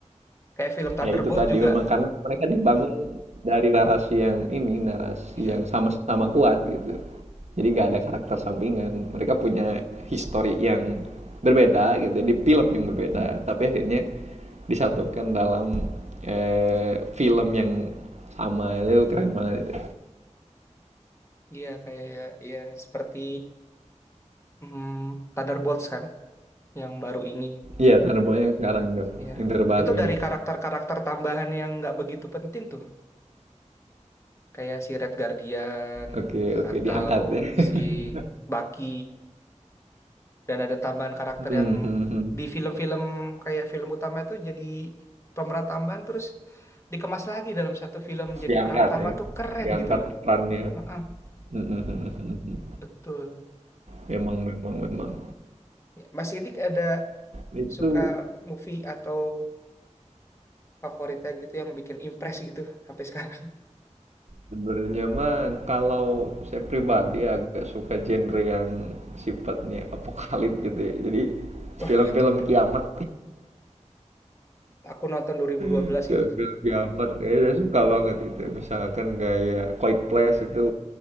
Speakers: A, on the left; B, on the right.
A: Kayak film Thunderbolt
B: Ya itu tadi
A: juga.
B: memang karena mereka dibangun dari narasi yang ini, narasi
A: Iya,
B: yang sama-sama kuat gitu. Jadi nggak ada karakter sampingan. Mereka punya histori yang berbeda gitu, di film yang berbeda, tapi akhirnya disatukan dalam eh, film yang sama itu keren banget. itu.
A: iya kayak iya seperti mm, Thunderbolts kan. yang baru ini
B: Iya, Thunderbolt yang sekarang tuh,
A: ya
B: yang terbaru
A: itu dari
B: ini.
A: karakter-karakter tambahan yang nggak begitu penting tuh kayak si Red Guardian
B: Oke, oke,
A: atau
B: diangkat ya. <laughs>
A: si Bucky dan ada tambahan karakter
B: Hmm,
A: yang
B: hmm, hmm.
A: di film-film kayak film utama itu jadi pemeran tambahan terus dikemas lagi dalam satu film jadi
B: Diangkat
A: peran utama
B: ya,
A: tuh keren
B: diangkat
A: gitu loh
B: perannya.
A: Heeh,
B: Hmm, hmm, hmm, hmm. hmm.
A: betul
B: Memang memang memang.
A: Ya, Mas Idik ada
B: Itu
A: suka movie atau favoritnya gitu yang bikin impress gitu sampai sekarang
B: sebenarnya mah kalau saya pribadi agak suka genre yang sifatnya apokalip gitu ya. Jadi
A: <laughs> Wah,
B: film-film
A: iya tuh bener.
B: kiamat,
A: Aku nonton 2012
B: <laughs> film-film
A: itu
B: kiamat, eh, saya suka banget itu. Misalkan kayak Quiet Place itu